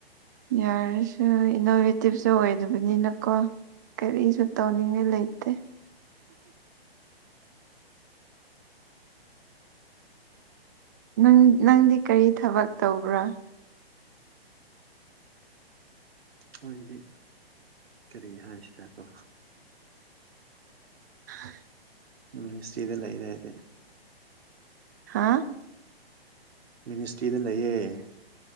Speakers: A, on the right; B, on the right.
A: ꯌꯥꯔꯁ ꯏꯅꯣ ꯑꯦꯛꯇꯤꯞꯁꯨ ꯑꯣꯏꯗꯕꯅꯤꯅꯀꯣ ꯀꯔꯤꯁꯨ ꯇꯧꯅꯤꯡꯉꯥꯏ ꯂꯩꯇꯦ ꯪ ꯅꯪꯗꯤ ꯀꯔꯤ ꯊꯕꯛ ꯇꯧꯕ꯭ꯔꯥ <unintelligible>
B: ꯃꯣꯏꯗꯤ ꯀꯔꯤ ꯍꯥꯏꯁꯦꯗꯣ
A: ꯍ
B: ꯃꯤꯅꯤꯁꯇ꯭ꯔꯤꯗ ꯂꯩꯔꯦ ꯍꯥꯏꯗꯤ
A: ꯍꯥꯥ
B: ꯃꯤꯅꯤꯁꯇ꯭ꯔꯤꯗ ꯂꯩꯌꯦ